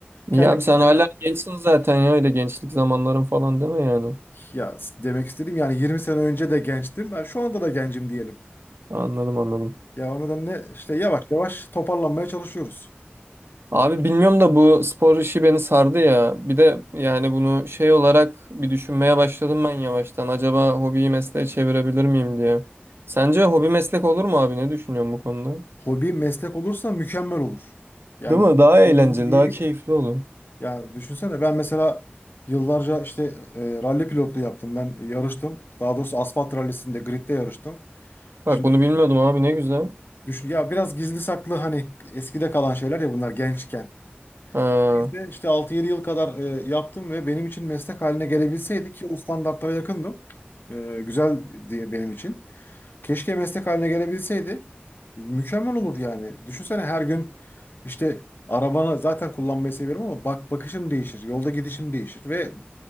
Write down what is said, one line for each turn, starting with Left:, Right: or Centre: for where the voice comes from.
Left: Kendi
Right: İyi abi
Left: kendime
Right: sen hala gençsin zaten ya öyle gençlik zamanların falan değil mi yani?
Left: ya demek istediğim yani 20 sene önce de gençtim. Ben şu anda da gencim diyelim.
Right: Anladım anladım.
Left: Ya o nedenle işte yavaş yavaş toparlanmaya çalışıyoruz.
Right: Abi bilmiyorum da bu spor işi beni sardı ya. Bir de yani bunu şey olarak bir düşünmeye başladım ben yavaştan. Acaba hobiyi mesleğe çevirebilir miyim diye. Sence hobi meslek olur mu abi? Ne düşünüyorsun bu konuda?
Left: Hobi meslek olursa mükemmel olur. Yani
Right: Değil mi?
Left: o-
Right: Daha eğlenceli,
Left: olur mu diye
Right: daha
Left: değil.
Right: keyifli olur.
Left: Yani düşünsene ben mesela yıllarca işte e, ralli pilotluğu yaptım. Ben yarıştım. Daha doğrusu asfalt rallisinde gridde yarıştım. Şimdi
Right: Bak bunu bilmiyordum abi ne güzel.
Left: düşün ya biraz gizli saklı hani eskide kalan şeyler ya bunlar gençken.
Right: Ha.
Left: İşte, işte altı yedi yıl kadar e, yaptım ve benim için meslek haline gelebilseydi ki o standartlara yakındım. E, güzel diye benim için. Keşke meslek haline gelebilseydi. Mükemmel olurdu yani. Düşünsene her gün işte arabanı zaten kullanmayı seviyorum ama bak bakışım değişir, yolda gidişim değişir ve